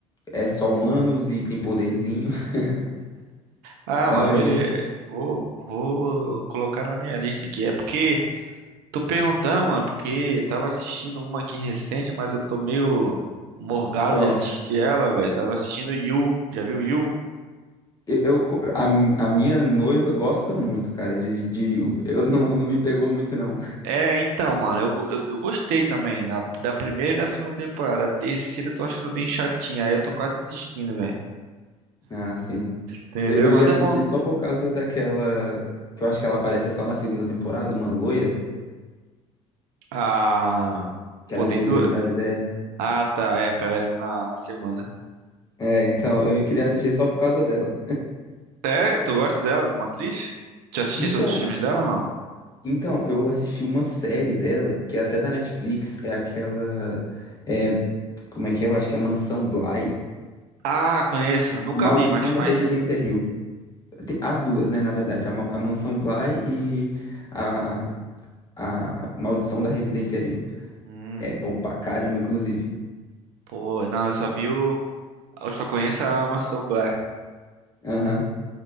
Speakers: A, on the left (about 20°); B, on the right (about 55°).
A: é só humanos e tem poderzinho, <laughs>
B: Ah,
A: daorinha.
B: mano, beleza. Vou, vou colocar na minha lista aqui. É porque, tô perguntando, mano, porque tava assistindo uma aqui recente, mas eu tô meio morgado
A: Qual?
B: de assistir ela, velho. Tava assistindo You. Já viu You?
A: Eu, eu- a, a minha noiva gosta muito, cara, de, de U. eu não, não me pegou muito, não. <laughs>
B: É, então, mano, eu, go- eu, eu gostei também na- da primeira e da segunda temporada. A terceira eu tô achando bem chatinha. Aí eu tô quase desistindo, velho.
A: Ah, sim.
B: Entendeu?
A: Eu, eu ia
B: Mas é
A: assistir
B: bom.
A: só por causa daquela, que eu acho que ela aparece só na segunda temporada, uma loira.
B: Ah,
A: que
B: pô,
A: ela é
B: tem
A: meio
B: duas.
A: doida das ideias.
B: Ah, tá, é, aparece na, na segunda.
A: É, então, eu queria assistir só por causa dela.
B: É, tu gosta dela como atriz? Já assististe
A: Então,
B: outros filmes dela ou não?
A: então, eu assisti uma série dela, que é até da Netflix, é aquela. É, como é que é? Eu acho que é Mansão Bly.
B: Ah, conheço. Nunca
A: Maldição
B: vi, mas,
A: da
B: mas...
A: Residência Hill. Tem as duas, né, na verdade. A, Ma- a Mansão Bly e a, a Maldição da Residência Hill.
B: Hum,
A: É bom pra caramba, inclusive.
B: pô, não, eu só vi o... Eu só conheço a Mansão Blair.
A: Aham.